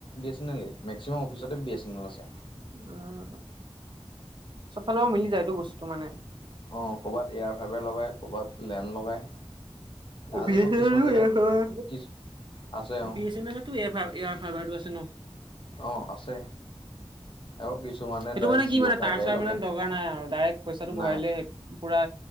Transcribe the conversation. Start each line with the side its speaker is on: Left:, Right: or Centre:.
Left: বি এছ এন এলই মেক্সিমাম অফিচতে বি এছ এন এল আছে।
Right: উম, চবফালৰ পৰা মিলি যায় এইটো বস্তুতো মানে।
Left: অ', কৰ'ৰবাত এয়াৰ ফাইভেৰ লগাই, কৰ'ৰবাত লেণ্ড লগায়। আজি
Right: বি
Left: আকৌ
Right: এছ এন
Left: কিছুমান
Right: এল
Left: জেগাত
Right: <unintelligible>
Left: কি আছে অ
Right: বি এ চে নেল টো এয়াৰ, এয়াৰ ফাইভাৰটো আছে ন।
Left: অ', আছে। আকৌ কিছুমানে
Right: সেইটো
Left: ডাইৰেক্ট
Right: মানে কি
Left: জিঅ'
Right: মানে
Left: ফাইবাৰে
Right: তাৰ চাৰ
Left: লগাই
Right: মানে দগকাৰ নাই আৰু ডাইৰেক্ট পইচাটো ভৰাই
Left: নাই
Right: দিলে, পোৰা